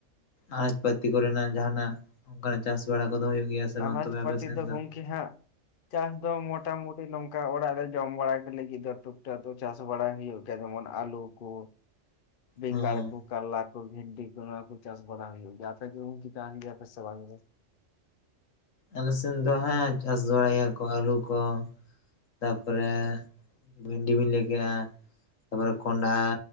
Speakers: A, on the left; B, on the left.
A: ᱟᱱᱟᱪ ᱯᱟᱹᱛᱤ ᱠᱚᱨᱮᱱᱟᱜ ᱡᱟᱦᱱᱟᱜ ᱚᱱᱠᱟᱱᱟᱜ ᱪᱟᱥ ᱵᱟᱲᱟ ᱠᱚᱫᱚ ᱦᱳᱭᱳᱜ ᱜᱮᱭᱟ? ᱥᱮ ᱵᱟᱝ
B: ᱟᱱᱟᱡ
A: ᱛᱚᱵᱮ ᱟᱯᱮ
B: ᱯᱟᱹᱛᱤ
A: ᱥᱮᱱ
B: ᱫᱚ ᱜᱚᱝᱠᱮ ᱦᱟᱸᱜ ᱪᱟᱥ ᱫᱚ ᱢᱚᱴᱟᱢᱚ ᱴᱤ ᱱᱚᱝᱠᱟ ᱚᱲᱟᱜ ᱨᱮ ᱡᱚᱢ ᱵᱟᱲᱟᱭ ᱞᱟᱹᱜᱤᱫ ᱫᱚ ᱴᱩᱠᱴᱟᱠ ᱫᱚ ᱪᱟᱥ ᱵᱟᱲᱟᱭ ᱦᱩᱭᱩᱜ ᱜᱮᱭᱟ ᱡᱮᱢᱚᱱ ᱟᱞᱩ ᱠᱚ᱾ <inaudible> ᱵᱮᱜᱟᱲ
A: ᱦᱮᱸ
B: ᱠᱚ, ᱠᱟᱞᱞᱟ ᱠᱚ, ᱵᱷᱮᱱᱰᱤ ᱠᱚ ᱱᱚᱭᱟ ᱠᱚ ᱪᱟᱥ ᱵᱟᱲᱟ ᱦᱚᱭᱩᱜ ᱜᱮᱭᱟ, ᱟᱯᱮ ᱠᱤ ᱜᱚᱝᱠᱮ ᱪᱟᱥ ᱜᱮᱭᱟ ᱯᱮ ᱫᱮ ᱵᱟᱝ ᱜᱮ?
A: ᱟᱞᱮ ᱥᱮᱱ ᱫᱚ ᱦᱮᱸ ᱪᱟᱥ ᱵᱟᱲᱟᱭ ᱜᱮᱭᱟ ᱠᱚ ᱟᱹᱞᱩ ᱠᱚ ᱛᱟᱨᱯᱚᱨᱮ ᱵᱷᱮᱱᱰᱤ ᱵᱤᱱ ᱞᱟᱹᱭ ᱠᱮᱜ-ᱟ ᱛᱟᱯᱚᱨᱮ ᱠᱚᱸᱰᱷᱟ